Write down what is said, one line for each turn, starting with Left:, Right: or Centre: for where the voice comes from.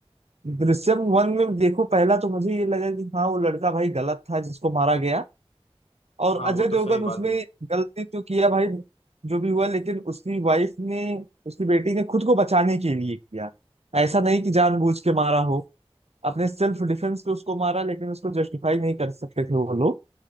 Right: दृश्यम वन में देखो पहला तो मुझे ये लगा कि हाँ वो लड़का भाई गलत था जिसको मारा गया और
Left: हाँ
Right: अजय
Left: वो
Right: देवगन
Left: तो सही
Right: उसमें
Left: बात है
Right: गलती तो किया भाई जो भी हुआ लेकिन उसकी वाइफ ने उसकी बेटी ने खुद को बचाने के लिए किया ऐसा नहीं कि जानबूझ के मारा हो अपने सेल्फ डिफेंस पे उसको मारा लेकिन उसको जस्टिफाई नहीं कर सकते थे वो लोग